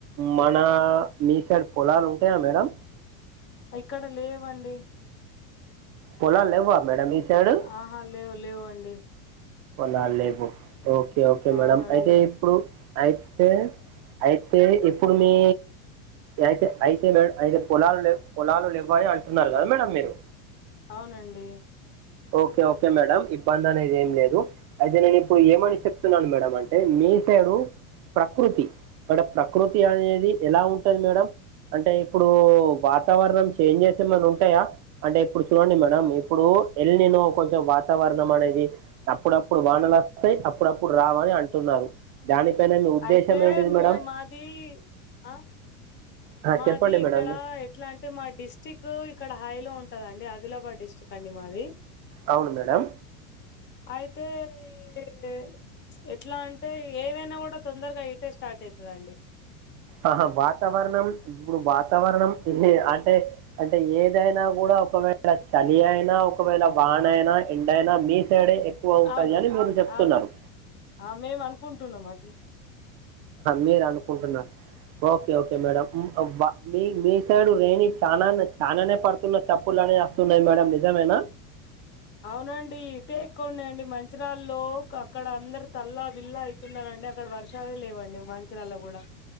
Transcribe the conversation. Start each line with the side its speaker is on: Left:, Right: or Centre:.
Right: మన మీ సైడ్ పొలాలు ఉంటాయా మేడం.
Left: ఇక్కడ లేవండి.
Right: పొలాల్ లేవా మేడం మీ సైడు.
Left: ఆహా లేవ్ లేవండి.
Right: పొలాల్ లేవు. ఓకే ఓకే మేడం
Left: అవునండి
Right: అయితే ఇప్పుడు అయితే అయితే ఇప్పుడు మీ
Left: హు
Right: అయితే అయితే మేడ్ అయితే పొలాలు లేవ్ పొలాలు లెవ్వని అంటున్నారు కదా మేడం మీరు
Left: అవునండి.
Right: ఓకే ఓకే మేడం ఇబ్బంది అనేది ఏం లేదు. అయితే నేను ఇప్పుడు ఏమని చెప్తున్నాను మేడం అంటే మీ సేడు. ప్రకృతి మేడం ప్రకృతి అనేది ఎలా ఉంటది మేడం. అంటే ఇప్పుడు వాతావరణం చేంజెస్ ఏమనా ఉంటాయా. అంటే ఇప్పుడు చూడండి మేడం. ఇప్పుడు ఏల్ నీన్ కొంచెం వాతావరణం అనేది అప్పుడప్పుడు వానలు వస్తయ్, అప్పుడప్పుడు రావని అంటున్నారు. దానిపైన మీ ఉద్దేశం
Left: అయితే
Right: ఏంటిది మేడం
Left: మే మాది ఆ
Right: ఆ,
Left: మాది
Right: చెప్పండి
Left: ఇక్కడ
Right: మేడం
Left: ఏక్ ఇట్లాటీ మా డిస్టిక్ ఇక్కడ హై లో ఉంటదండి ఆదిలాబాద్ డిస్ట్రిక్ట్ అండి మాది.
Right: అవును మేడం.
Left: అయితే ఏయ్ ఎట్లా అంటే ఏదైనా కూడా తొందరగా ఇటే స్టార్ట్ అయితదండి.
Right: ఆహా వాతావరణం ఇప్పుడు వాతావరణం అంటే అంటే ఏదైనా కూడా ఒకవేళ చలి అయినా ఒకవేళ వాణైనా ఎండైనా మీ సైడే ఎక్కువ ఉంటది
Left: అవునవును
Right: అని మీరు చెప్తున్నరు
Left: అవును ఆ మేము అనుకుంటున్నాం అట్ల
Right: మీరు అనుకుంటున్నారు ఓకే ఓకే మేడం మీ మీ సైడు రేణి చానా చానానే పడుతున్న చప్పుళ్ళు అనేయి వస్తున్నాయి మేడం నిజమైనా
Left: అవునండి ఇటే ఎక్కుఉన్నాయి అండి మంచిరాల్లో అక్కడ అందరు తల్లా బిల్లా వస్తున్నారండి అక్కడ వర్షాలే లేవండి మంచిరాల కూడా